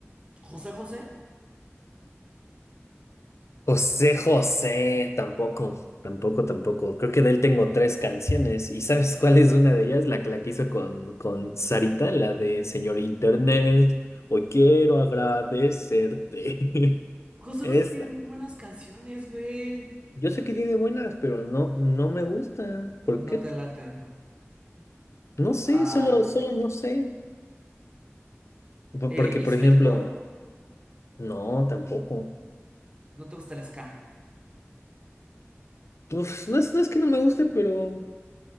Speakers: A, on the right (about 25°); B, on the left (about 70°).
A: José José.
B: José José, tampoco, tampoco, tampoco. Creo que de él tengo tres canciones y ¿sabes <laughs> cuál es una de ellas? La que la que hizo con, con Sarita, la de Señor Internet, hoy quiero agradecerte. <laughs>
A: José
B: Esa.
A: José tiene muy buenas canciones, güey.
B: Yo sé que tiene buenas, pero no, no me gusta. ¿Por
A: No
B: qué?
A: te laten.
B: No sé,
A: Ah,
B: solo, solo no sé. Por-
A: eh,
B: Porque,
A: Inspector,
B: por ejemplo, no, tampoco.
A: no te gusta el ska.
B: Pues no es, no es que no me guste, pero...